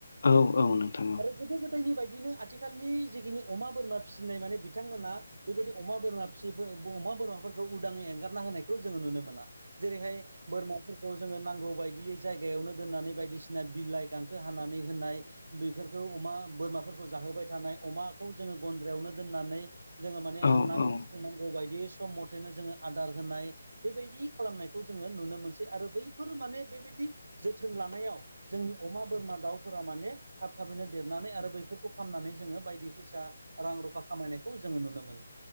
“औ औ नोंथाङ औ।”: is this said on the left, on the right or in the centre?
Left